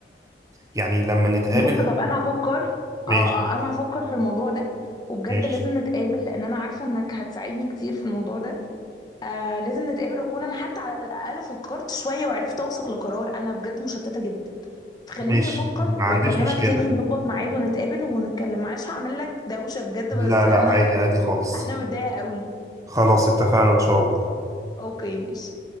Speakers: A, on the right; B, on the left.
A: يعني لما نتقابل
B: بص طب انا هفكر
A: ماشي
B: اه اه انا هفكر في الموضوع ده وبجد
A: ماشي
B: لازم نتقابل لان انا عارفه انك هتساعدني كتير في الموضوع ده آه لازم نتقابل واكون انا حتى على الاقل فكرت شويه وعرفت اوصل لقرار انا بجد مشتته جدا فخليني
A: ماشي
B: افكر
A: ما
B: واكلمك
A: عنديش مشكلة
B: تاني نظبط ميعاد ونتقابل ونتكلم معلش هعمل لك دوشه بجد
A: لا
B: بس
A: لا
B: انا
A: عادي عادي خالص
B: انا متضايقه قوي
A: خلاص اتفقنا إن شاء الله
B: اوكي ماشي